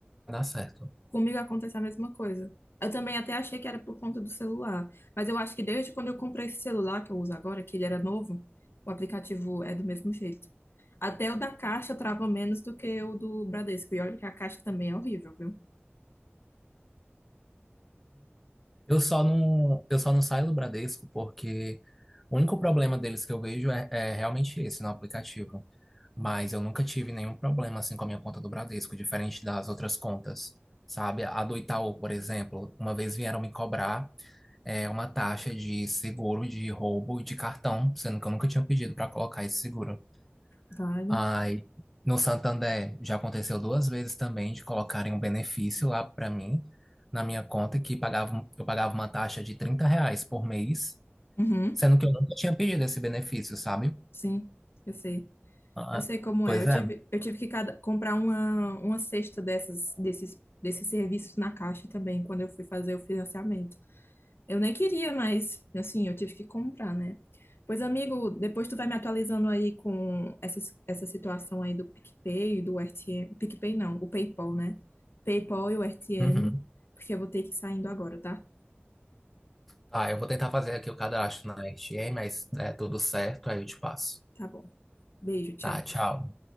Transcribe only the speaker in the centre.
dar certo.
Eu só não, eu só não saio do Bradesco porque o único problema deles que eu vejo é, é realmente esse no aplicativo. Mas eu nunca tive nenhum problema assim com a minha conta do Bradesco, diferente das outras contas, sabe? A do Itaú, por exemplo, uma vez vieram me cobrar é, uma taxa de seguro de roubo de cartão, sendo que eu nunca tinha pedido para colocar esse seguro.
Aí, no Santander já aconteceu duas vezes também de colocarem um benefício lá para mim, na minha conta, que pagava, um, eu pagava uma taxa de 30 reais por mês,
sendo que eu nunca tinha pedido esse benefício, sabe?
Ah,
pois
é.
Uhum.
Tá, eu vou tentar fazer aqui o cadastro na RTA, mas é tudo certo, aí eu te passo.
Tá, tchau.